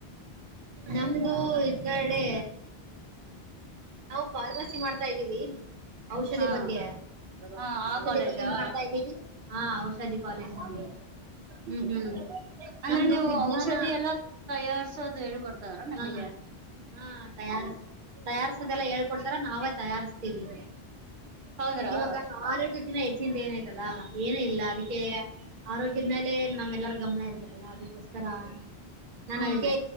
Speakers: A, on the right; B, on the right.
A: ನಮ್ದು ಇಕಡೆ. ನಾವ್ ಫಾರ್ಮಸಿ ಮಾಡ್ತಾ ಇದ್ದೀವಿ ಔಷದಿ
B: ಹಾ
A: ಬಗ್ಗೆ.
B: ಹಾ ಆ
A: ಔಷದಿ
B: ಕಾಲೇಜಾ
A: ಬಗ್ಗೆ ಮಾಡ್ತಾ ಇದ್ದೀವಿ ಹಾ ಔಷದಿ ಕಾಲೇಜ್ ನಮ್ದು.
B: ಹ್ಮ್ ಹ್ಮ್ ಅಂದ್ರೆ
A: ನಮ್ದು
B: ನೀವು
A: ವಿಜ್ಞಾನ
B: ಔಷದಿ ಎಲ್ಲ ತಯಾರ್ಸೋದು ಹೇಳ್ಕೊಡ್ತರ ನಿಮಿಗೆ.
A: ಹಾ ಹಾ ತಯಾರ್ ತಯಾರ್ಸದೆಲ್ಲಾ ಹೇಳ್ಕೊಡ್ತಾರ ನಾವೇ ತಯಾರ್ಸ್ತಿವಿ.
B: ಹೌದ್ರಾ
A: ಇವಾಗ ಆರೋಗ್ಯಕ್ಕಿನ ಹೆಚ್ಚಿಂದ್ ಏನಯ್ತಲ್ಲಾ ಏನ್ ಇಲ್ಲ ಅದಿಕ್ಕೆ. ಆರೋಗ್ಯುದ್ ಮೇಲೆ ನಮ್ಮೆಲ್ಲರ್ ಗಮ್ನ ಇರ್ಬೇಕಲ್ಲ ಅದಿಕ್ಕೋಸ್ಕರ ನಾನ್
B: ಹ್ಮ್
A: ಅದಿಕ್ಕೆ